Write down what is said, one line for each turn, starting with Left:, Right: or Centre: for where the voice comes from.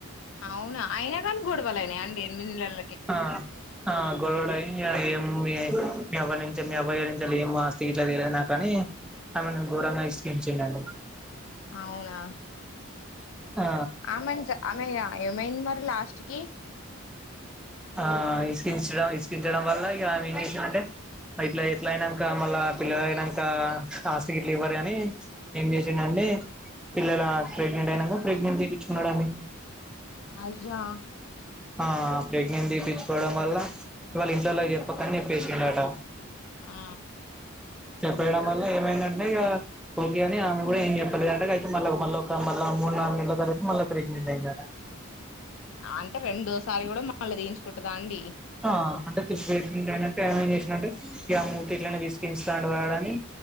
Left: అవునా అయినా కానీ గొడవలు అయినాయ అండి ఎనిమిది నెలల
Centre: ఆ ఆ గొడవలై అది మీ మీ అవ్వ నుంచి మీ అబ్బాయిగారి నుంచి ఏమో ఆస్తి ఇట్లా ఇయ్యలేదు కదా నాకని ఆమెని ఘోరంగా ఇస్కించిండంట
Left: అవునా
Centre: ఆ
Left: అమెన్చ అమెజా ఏమైంది మరి లాస్ట్ కి
Centre: ఆ తెలిసినా ఇస్కించడం వల్ల ఇక ఏం చేసిందంటే ఇట్లా ఎట్లా అయినాక మళ్ళా పిల్లల అయినాక ఆస్తికి ఇట్లు ఇవ్వరు అని ఏం చేసిందంటే పిల్లల ప్రెగ్నెంట్ అయినాక ప్రెగ్నెంట్ తీపించుకున్నాడనీ
Left: అయ్యో
Centre: ఆ ప్రెగ్నెన్సీ తీపించుకోవడం వల్ల ఇవాళ ఇంట్లోలో చెప్పకనిప్పేసికుండట
Left: ఆ
Centre: చెప్పయడం వల్ల ఏమైందంటే ఇక ఓకే అని ఆమె కూడా ఏం చెప్పలే కక అయితే మళ్ళా మళ్ళీ ఒక మళ్ళీ మూడు నాలుగు నెల తర్వాత మళ్ళా ఒక ప్రెగ్నెంట్ అయినారా
Left: అంటే రెండోసారి కూడా మళ్ళ తియించుకుంటుదా అండి
Centre: ఆ అంటే తిరువే దేనక ఏమం చేసినంటే ఈ ఆ మూతి ఇట్లనే విసిగంచాడి వాడని